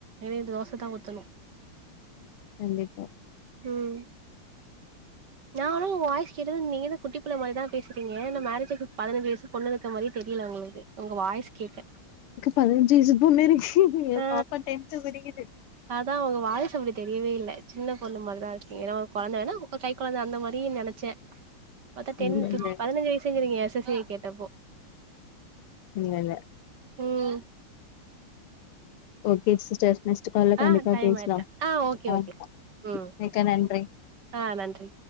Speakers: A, on the right; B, on the left.
A: இது தோச தா ஊத்தணு
B: கண்டிப்பா
A: ம் நானு வாய்ஸ் கேட்டது நீங்கதா குட்டிபுள்ள மாரிதா பேசுறிங்க இன்னு மேரேஜுக்கு பதினஞ்சு வயசு பொண்ணு இருக்க மாரியே தெரியல ஒங்களுக்கு ஒங்க வாய்ஸ் கேக்க
B: பதனஞ்சு வயசு பொண்ணு இருக்கு எ
A: ஆ
B: பாப்பா டென்த் படிக்குது
A: அதா ஒங்க வாய்சு அப்டி தெரியவே இல்ல சின்ன பொண்ணு மாரிதா இருக்கீங்க ஏனா ஒரு கொழந்த வேனா இப்ப கை கொழந்த அந்த மாரி நெனச்சே பாத்தா டென்த்து
B: இல்ல இல்ல
A: பதனஞ்சு வயசுங்கறீங்க எஸ் எஸ் சி கேட்டப்போ
B: இல்ல இல்ல
A: ம்
B: ஓகே சிஸ்டர் நெக்ஸ்ட்டு கால்ல கண்டிப்பா
A: ஆ டைம்
B: பேசலாம்
A: ஆயிடுச்சா ஆ ஓகே
B: அ
A: ஓகே ம்
B: மிக்க நன்றி
A: ஆ நன்றி